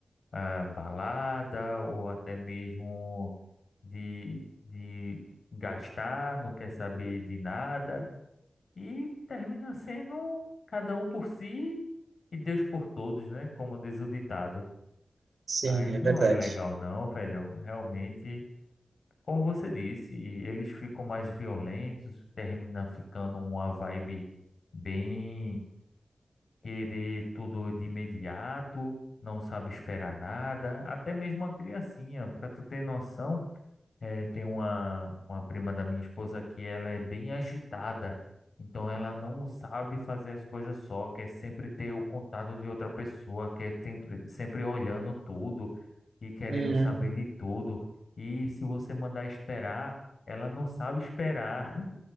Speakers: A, on the left; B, on the right.
A: ah, balada ou até mesmo de, de gastar, não quer saber de nada e termina sendo cada um por si e Deus por todos, né? Como diz o ditado.
B: sim,
A: Aí
B: é
A: não
B: verdade.
A: é legal não, velho. Realmente como você disse, eles ficam mais violentos, termina ficando uma vibe bem querer tudo de imediato, não sabe esperar nada, até mesmo a criancinha, para tu ter noção. É, tem uma, uma prima da minha esposa que ela é bem agitada, então ela não sabe fazer as coisas só, quer sempre ter o contato de outra pessoa, quer sempre, sempre olhando tudo e querendo
B: Hum.
A: saber de tudo. E se você mandar esperar, ela não sabe esperar.